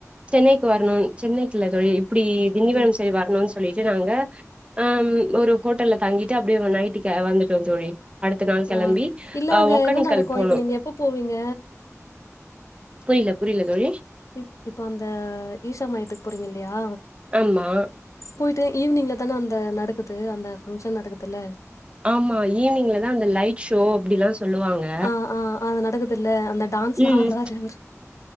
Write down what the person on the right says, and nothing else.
சென்னைக்கு வரணுன் சென்னைக்கு இல்ல தோழி இப்டி திண்டிவனம்
சைடு வரணுன் சொல்லிட்டு நாங்க அ ம் ஒரு ஹோட்டல்ல தங்கிட்டு அப்டியே நைட்டுக்கு வந்துட்டோ தோழி அடுத்த நாள் கெளம்பி
ஆ
ஒக்கேனக்கல்
போனோ
புரில புரில தோழி
ஆமா
ஆமா ஈவினிங்லதா அந்த லைட் ஷோ அப்டிலா சொல்லுவாங்க
ம்